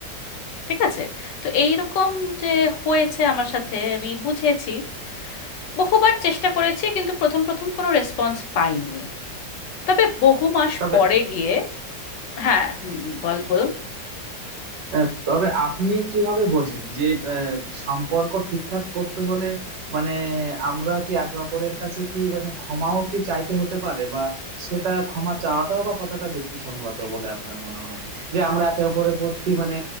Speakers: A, on the left (about 75°); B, on the right (about 70°).
A: ঠিক আছে তো এই রকম যে হয়েছে আমার সাথে আমি বুঝেছি বহুবার চেষ্টা করেছি কিন্তু প্রথম প্রথম কোনো রেসপন্স পাইনি তবে বহু মাস
B: তবে
A: পরে গিয়ে হ্যাঁ উম, বল বলুন
B: হ্যাঁ, তবে আপনি কিভাবে বোঝেন যে আহ, সম্পর্ক ঠিকঠাক করতে হলে মানে আমরা কি একে অপরের কাছে কি মানে ক্ষমাও কি চাইতে হতে পারে বা সেটা ক্ষমা চাওয়াটাও বা কতটা যুক্তিসঙ্গত বলে আপনার মনে হয় যে আমরা একে অপরের প্রতি মানে